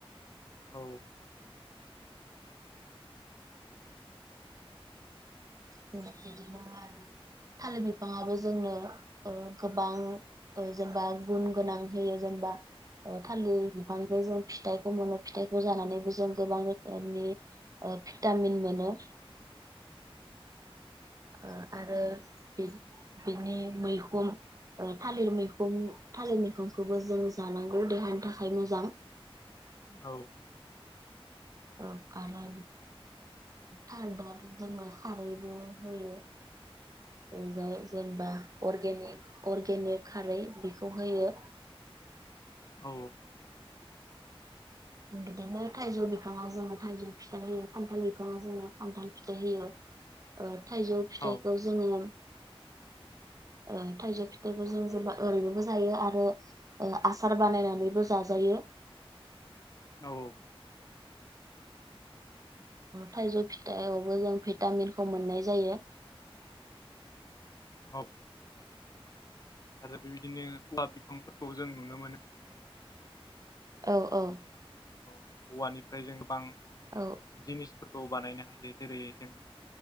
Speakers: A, on the left; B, on the right.
A: औ।
B: बिदिनो आरो थालिर बिफांआबो ओ जोंनो गोबां जेनेबा गुन गोनां होयो जेनबा थालिर बिफांनिफ्राय जों फिथाइखौ मोनो फिथाइखौ जानानैबो जों गोबां रोखोमनि भिटामिन मोनो। ओ आरो बिनि मैखुन ओ थालिर मैखुं थालिर मैखुंखौबो जों जानांगौ देहानि थाखाय मोजां।
A: औ।
B: औ आरो थारदो जोंनो खारैबो होयो। ओ जेनेबा अरगेनि-अरगेनिक खारै बेखौ होयो।
A: औ।
B: बिदिनो बिनो थाइजौ बिफाङा जोङो थाइजौ फिथाइ होयो, खान्थाल बिफाङा जोङो खान्थाल फिथाइ होयो। ओ थाइजौ फिथाइखौ
A: औ
B: जोङो ओ थाइजौ फिथाइखौ जों जेनेबा ओरैनोबो जायो आरो ओ आसार बानायनानैबो जाजायो।
A: औ।
B: थाइजौ फिथाइआवबो जों भिटामिनखौ मोननाय जायो।
A: <unintelligible> आरो बेबायदिनो लावब बिफांफोरखौ जों नुनो मोनो।
B: औ औ।
A: औ औवानिफ्राय जों गोबां
B: औ
A: जिनिस फोरखौ बानायनो हायो जेरै जों